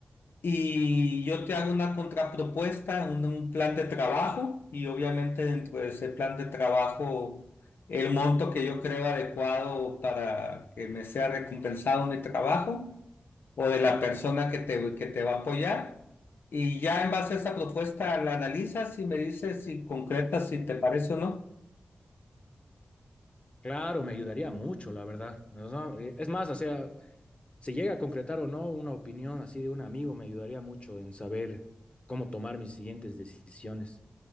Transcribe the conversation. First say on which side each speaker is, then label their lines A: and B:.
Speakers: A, on the left (about 85°); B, on the left (about 35°).
A: Y yo te hago una contrapropuesta, un, un plan de trabajo y obviamente dentro de ese plan de trabajo el monto que yo creo adecuado para que me sea recompensado mi trabajo o de la persona que te, que te va a apoyar. Y ya en base a esa propuesta la analizas y me dices si concretas si te parece o no.
B: Claro, me ayudaría mucho, la verdad. No, no, eh, Es más, o sea, si llega a concretar o no una opinión así de un amigo, me ayudaría mucho en saber cómo tomar mis siguientes decisiones.